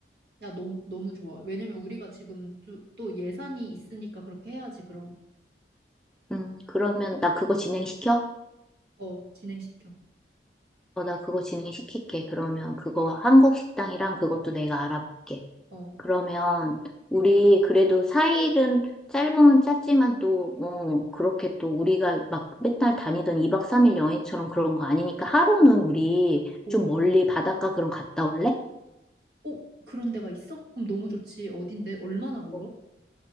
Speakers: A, on the right (about 60°); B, in the centre.
A: 야, 너무 너무 좋아. 왜냐면 우리가 지금 또, 또 예산이 있으니까 그렇게 해야지. 그럼
B: 음, 그러면 나 그거 진행시켜?
A: 어, 진행시켜.
B: 어, 나 그거 진행시킬게. 그러면 그거 한국 식당이랑 그것도 내가 알아볼게.
A: 어, 어,
B: 그러면 우리 그래도 사일은 짧으면 짧지만 또, 어, 그렇게 또 우리가 막 맨날 다니던 2박 3일 여행처럼 그런 거 아니니까 하루는 우리
A: 어.
B: 좀 멀리 바닷가 그런 갔다 올래?
A: 어, 그런 데가 있어? 그럼 너무 좋지. 어딘데? 얼마나 멀어?
B: 어,